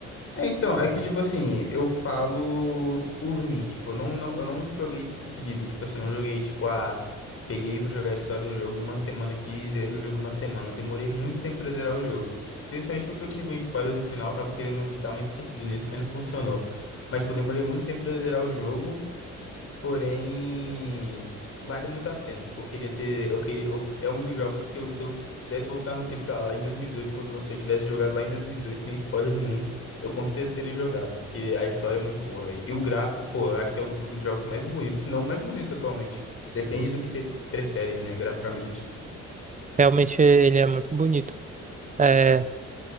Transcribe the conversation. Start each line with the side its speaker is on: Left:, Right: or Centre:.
Left: É, então, é que, tipo assim, eu falo por mim, tipo, eu não, não, eu não joguei de seguido, tipo assim, eu não joguei, tipo, ah, peguei pra jogar a história do jogo e uma semana aqui, e zerei o jogo uma semana, eu demorei muito tempo pra zerar o jogo, Tu- principalmente porque eu tive um spoiler do final, eu tava querendo dar uma esquecida nisso, mas não funcionou, mas, tipo, eu demorei muito tempo pra zerar o jogo, Porém, vale muito a pena. Tipo, eu queria ter. Eu queria, eu- é um dos jogos que eu, se eu pudesse voltar no tempo, sei lá, lá em 2018, quando lançou, eu tivesse jogado lá em 2018, sem spoiler nenhum, eu com certeza teria jogado, porque a história é muito boa, véi. E o gráfico, pô, eu acho que é um dos jogos mais bonitos, se não o mais bonito atualmente. Depende do que você prefere aí, né, graficamente.
Right: Realmente ele é muito bonito. É,